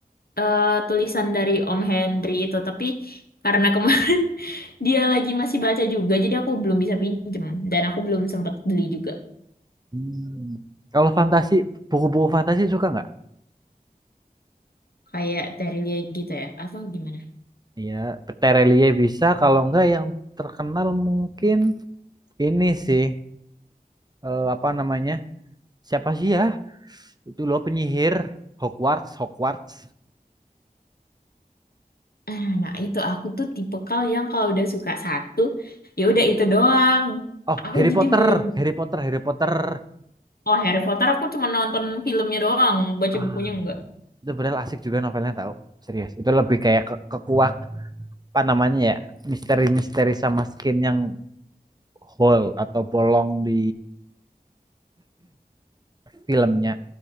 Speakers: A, on the left (about 75°); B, on the right (about 25°).
A: eh, tulisan dari Om Henry itu. Tapi karena kemarin <laughs> dia lagi masih baca juga, jadi aku belum bisa pinjem dan aku belum sempat beli juga.
B: Hmm. Kalau fantasi, buku-buku fantasi suka nggak?
A: Kayak Terelia gitu ya, atau gimana?
B: Ya, Terelie bisa. Kalau nggak yang terkenal mungkin ini sih eh, apa namanya? Siapa sih ya? Itu loh penyihir Hogwarts, Hogwarts.
A: Nah, nah, itu aku tuh tipikal yang kalau udah suka satu, ya udah itu doang.
B: Oh,
A: Aku
B: Harry Potter,
A: jadi belum,
B: Harry Potter, Harry Potter.
A: oh Harry Potter aku cuma nonton filmnya doang, baca
B: Ah,
A: bukunya enggak.
B: itu benar asik juga novelnya tahu. Serius, itu lebih kayak ke, kekuak apa namanya ya? Misteri-misteri sama skin yang hole atau bolong di filmnya